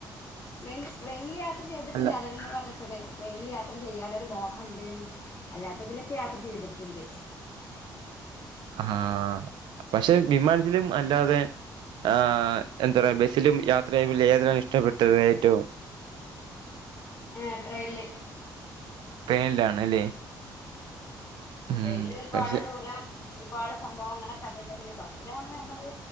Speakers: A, on the left; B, on the right.
A: പ്ലെൻ പ്ലെയിനിൽ യാത്ര ചെയ്തിട്ടില്ല
B: അല്ല
A: അതന്നെ പറഞ്ഞ പി പ്ലെയിനിൽ യാത്ര ചെയ്യാനൊരു മോഹം. അണ്ടേനു അല്ലാത്തതിലൊക്കെ യാത്ര ചെയ്തിട്ടുണ്ട്.
B: ആഹ് പക്ഷെ വിമാനത്തിലും അല്ലാതെ. ആഹ് എന്താ പറയ ബസ്സിലും യാത്ര ചെയ്തതിൽ ഏതാണ് ഇഷ്ടപ്പെട്ടത് ഏറ്റവും.
A: ഏഹ് ട്രെയ്ല്
B: ട്രെയിനിലാണ് അല്ലേ? ഉം
A: ട്രെയിനില് ഒരുപാട്
B: പക്ഷെ
A: ദൂരം ഒരുപാട് സംഭവങ്ങളെ കണ്ടിട്ട് അല്ലെ ബസ്സിലാകുമ്പോ ന്നമ്മള്